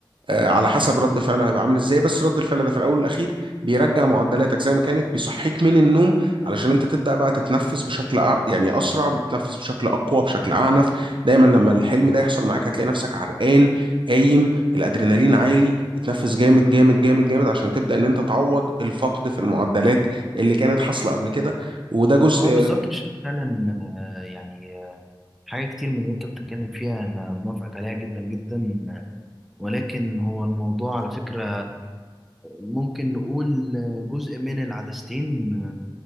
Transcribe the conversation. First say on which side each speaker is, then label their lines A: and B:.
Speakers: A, on the right; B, in the centre.
A: آه، على حسب رد فعله هيبقى عامل ازاي بس رد الفعل ده في الاول والاخير بيرجع معدلاتك زي ما كانت بيصحيك من النوم علشان انت تبدا بقى تتنفس بشكل أ... يعني اسرع بتتنفس بشكل اقوى بشكل اعنف دايما لما الحلم ده يحصل معاك هتلاقي نفسك عرقان قايم الادرينالين عالي بتتنفس جامد جامد جامد جامد عشان تبدا ان انت تعوض الفقد في المعدلات اللي كانت حاصله قبل كده وده جزء
B: ما هو بالظبط مش فعلا آه، يعني آه، حاجة كتير من اللي أنت بتتكلم فيها أنا موافقك عليها جدا جدا آه، ولكن هو الموضوع على فكرة ممكن نقول آه، جزء من العدستين